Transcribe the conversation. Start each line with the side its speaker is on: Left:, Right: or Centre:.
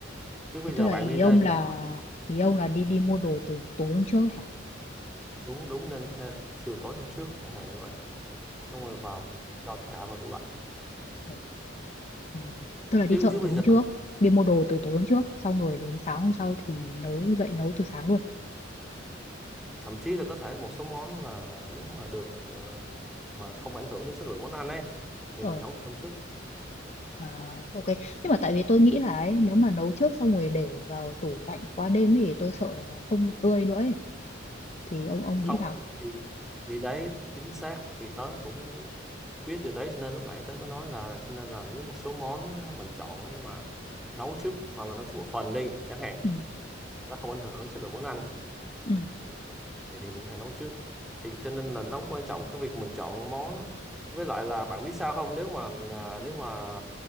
Centre: chứ
Left: thế
Centre: bây giờ
Left: tức là
Centre: bạn
Left: ý
Centre: đi
Left: ông
Centre: ra
Left: là
Centre: chợ
Left: ý ông là đi đi mua đồ từ tối hôm trước ấy hả
Centre: đúng đúng nên có thể là chiều tối hôm trước chẳng hạn như vậy xong rồi vào cho tất cả vào tủ lạnh
Left: ừ. Ừ. Tức là đi
Centre: chứ
Left: chợ
Centre: chứ bây
Left: từ hôm
Centre: giờ
Left: trước, đi mua đồ từ tối hôm trước, xong rồi đến sáng hôm sau thì nấu dậy nấu từ sáng luôn.
Centre: thậm chí là có thể một số món là nếu mà được ờ, mà không ảnh hưởng đến chất lượng món ăn ấy thì
Left: Ờ,
Centre: mình nấu thơm chút
Left: à, ok. Nhưng mà tại vì tôi nghĩ là ấy, nếu mà nấu trước xong rồi để vào tủ lạnh qua đêm thì tôi sợ là nó không tươi nữa ấy. Thì ông ông
Centre: không
Left: nghĩ sao?
Centre: thì, thì thì đấy chính xác thì tớ cũng biết điều đấy cho nên lúc nãy tớ có nói là cho nên là nếu một số món mình chọn ấy mà nấu trước hoặc là nấu trước một phần đi chẳng hạn
Left: Ừ,
Centre: nó không ảnh hưởng đến chất lượng món ăn
Left: ừ,
Centre: thì, thì mình có thể nấu trước thì cho nên là nó quan trọng cái việc mình chọn món với lại là bạn biết sao không nếu mà à, nếu mà